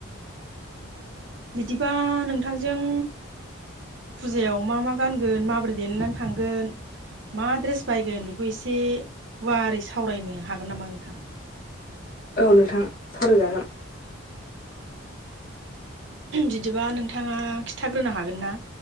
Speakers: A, on the right; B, on the left.
A: बिदिबा नोंथांजों फुजायाव मा मा गानगोन माबोरै देलायनानै थांगोन? मा ड्रेस बायगोन बेखौ एसे गुवारै सावरायनो हागोन नामा नोंथां?
B: औ नोंथां सावरायजागोन
A: बिदिबा नोंथाङा खिन्थाग्रोनो हागोन ना?